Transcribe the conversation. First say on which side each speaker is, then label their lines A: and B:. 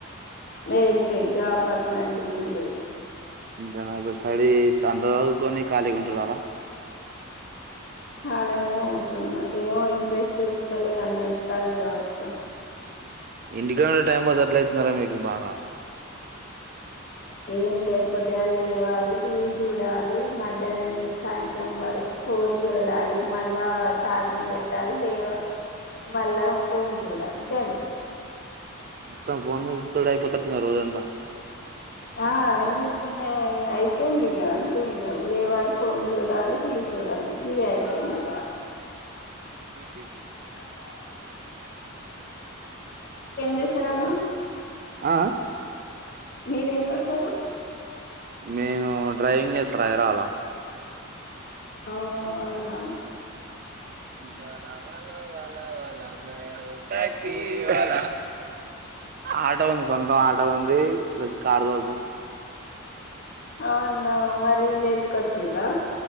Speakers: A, on the left; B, on the right.
A: ఏం లేదు జాబ్ అట్లాంటివి ఏం లేవు
B: ఇంకా నాకు స్టడీ అంత చదువుకొని ఖాళీగా ఉంటున్నారా
A: పలగానే ఉంటున్నా ఏమో ఇంట్రెస్ట్ చూస్తలేదన్న ఇంటికాడ ఉండవాట్టుగా
B: ఇంటికాడ టైం పాస్ ఎట్లయితుందిరా మీకు బాగా
A: ఏం లే పొద్దుగానే లేవాలి టీవీ చూడాలి మధ్యాహ్నం నుంచి సాయంత్రం వరకు ఫోన్ చూడాలి మళ్ళా ఛార్జింగ్ పెట్టాలి లేవ మళ్ళా ఫోన్ చూడాలి గంతే
B: మొత్తం ఫోన్లు చూతుడే అయిపోదంట రోజంతా
A: ఆ ఇట్ంటే అయిపోయింది ఇగా అంతే ఇగా లేవాలి ఫోన్ చూడాలి టీవీ చూడాలి గిదే అయిపోయింది
B: గురించి
A: ఎన్నాళ్ళకు మారదు చేస్తారన్న
B: ఆ అ
A: మీరేం చేస్తారు
B: నేను డ్రైవింగ్ చేస్తారా హైదరాబాద్ లా
A: ఓ అవునా
B: వాలా వాలా వాలా వాలా మేము ట్యాక్సి వాల ఆటో ఉంది సొంతం ఆటో అ వంది ప్లస్ కారు తొలుత
A: అవున మరి విలేజ్ చిరా